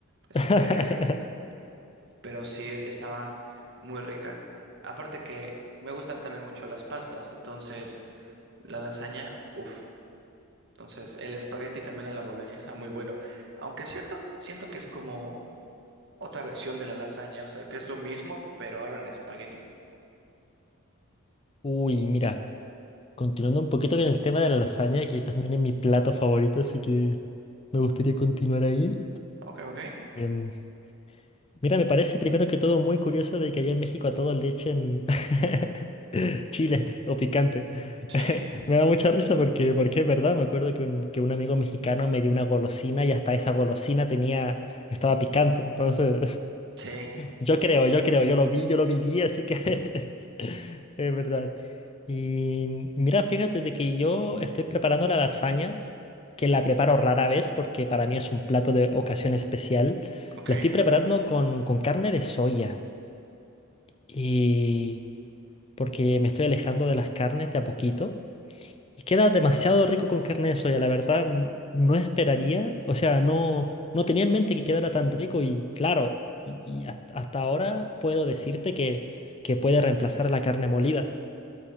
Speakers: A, on the right; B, on the left.
A: Este,
B: <laughs>
A: pero sí e- estaba muy rica. Aparte que me gustan también mucho las pastas, entonces la lasaña, uff Entonces, el espagueti también a la boloña está muy bueno. Aunque es cierto, siento que es como otra versión de la lasaña, o sea, que es lo mismo, pero ahora en espagueti.
B: Uy, mira, continuando un poquito con el tema de la lasaña, que también es mi plato favorito, así que me gustaría continuar ahí.
A: Ok, ok.
B: Em, Mira, me parece primero que todo muy curioso de que allá en México a todos le echen <laughs> chile o picante.
A: Sí,
B: <laughs> Me da mucha risa porque, porque es verdad, me acuerdo que un, que un amigo mexicano me dio una golosina y hasta esa golosina tenía, estaba picante. Entonces,
A: sí,
B: yo creo, yo creo, yo lo vi, yo lo viví, así que <laughs> es verdad. Y mira, fíjate de que yo estoy preparando la lasaña, que la preparo rara vez porque para mí es un plato de ocasión especial.
A: ok,
B: La estoy preparando con, con carne de soya y porque me estoy alejando de las carnes de a poquito. Y queda demasiado rico con carne de soya, la verdad n- no esperaría, o sea, no, no tenía en mente que quedara tan rico y claro, y, y has- hasta ahora puedo decirte que, que puede reemplazar la carne molida.